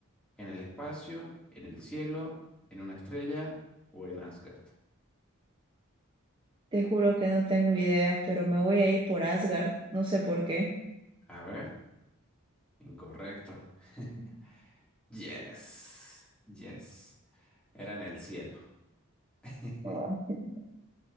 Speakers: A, in the centre; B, on the right.
A: ¿En el espacio, en el cielo, en una estrella o en Asgard?
B: Te juro que no tengo idea, pero me voy a ir por Asgard. No sé por qué.
A: A ver, incorrecto. <laughs> Yes, yes. Era en el cielo. <laughs>
B: Ah, <laughs>